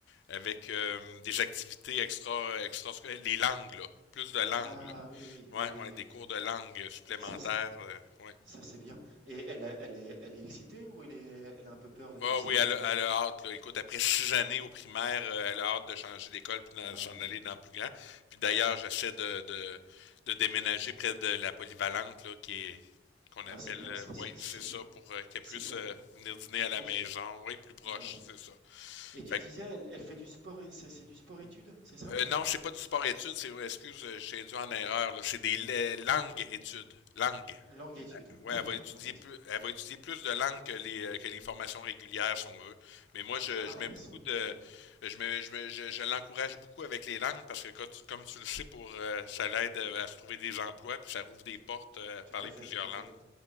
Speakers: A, on the left; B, on the right.
A: avec euh, des activités extra, extra, les langues, là, plus de langues,
B: Ah
A: là.
B: oui, oui,
A: Ouais,
B: oui, oui,
A: ouais, des
B: oui.
A: cours de langue supplémentaires,
B: Ça, c'est-
A: euh, ouais.
B: ça c'est bien. Et elle, a- elle, est- elle est excitée ou elle est, elle a un peu peur de
A: Ouais,
B: passer?
A: ouais, oui, elle
B: euh,
A: a, elle a hâte, là. Écoute, après six années au primaire, euh, elle a hâte de changer d'école puis d'en-
B: Ouais.
A: s'en aller dans le plus grand. Puis d'ailleurs, j'essaie de, de, de déménager près de la polyvalente, là, qui est, qu'on
B: Ah,
A: appelle,
B: c'est bien,
A: euh,
B: ça,
A: ouais,
B: c'est c'est
A: c'est ça,
B: bien,
A: pour euh, qu'elle puisse
B: c'est bien
A: euh, venir dîner
B: plus
A: à
B: proche.
A: la maison. Oui, plus proche,
B: Ouais, ouais.
A: c'est ça.
B: Et tu
A: Fait
B: disais,
A: que,
B: elle, elle fait du sport, et c'est c'est du sport-études, c'est ça?
A: euh, non, c'est pas du sport études, c'est, excuse, euh, j'ai dû en erreur, là. C'est des la- langues études. Langues.
B: Langue-études,
A: Ouais,
B: d'accord,
A: elle va étudier
B: langue-études.
A: plus, elle va étudier plus de langues que les, euh, que les formations régulières, si on veut. Mais moi, je,
B: Ah,
A: je mets beaucoup
B: c'est,
A: de,
B: ouais,
A: je mets, je mets- je, je l'encourage beaucoup avec les langues parce que quand tu- comme tu le sais, pour, euh, ça l'aide euh, à se trouver des emplois puis ça rouvre des
B: tout,
A: portes
B: tout-
A: euh, à parler
B: tout à fait,
A: plusieurs
B: tout à
A: langues.
B: fait.